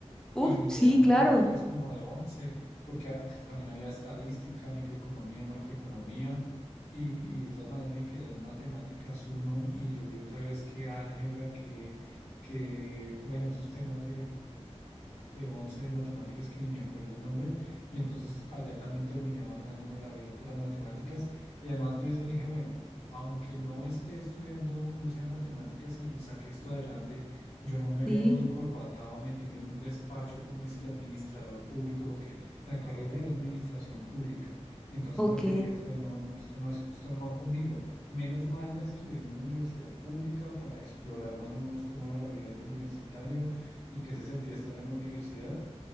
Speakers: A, in the centre; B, on the left (about 70°).
A: Uf,
B: y
A: sí,
B: eran matemáticas
A: claro.
B: como de 11 porque a- también había estadística, microeconomía, macroeconomía y, y de todas maneras me quedé en matemáticas uno y yo vi otra vez que álgebra, que, que bueno, esos temas de 11 de matemáticas que ni me acuerdo el nombre, y entonces allá también terminé amargándome la vida por las matemáticas, y además de eso dije, bueno, aunque no esté estudiando, no sea de matemáticas y saque esto adelante, yo no me
A: Sí,
B: veo encorbatado, metido en un despacho como que administrador público, porque la carrera era administración pública. Entonces
A: ok,
B: lo que dije fue, no, no, esto no es, esto no va conmigo. Menos mal la estudié en una universidad pública para explorar más o menos cómo era la vida del universitario y qué se sentía estar en la universidad.